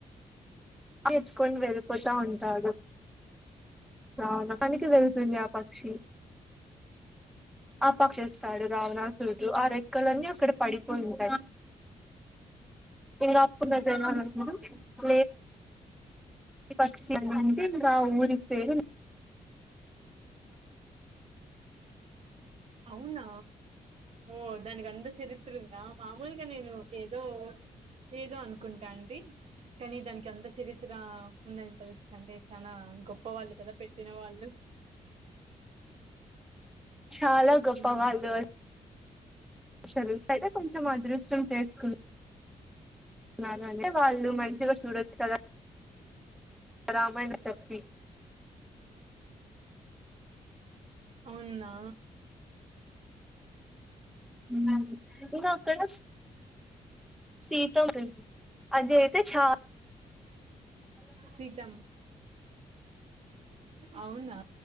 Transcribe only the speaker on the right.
అవునా ఓ దానికి అంత చరి క్రింద మామూలుగానేేను ఏదో ఏదో అనుకుంటా అండి కానీ దానికి అంత చరిత్ర ఉందని తెలుస్తు అండి చాలా గొప్ప వాళ్ళు కదా పెట్టిన వాళ్ళు
ఉమ్,
అవునా
శీతం అవునా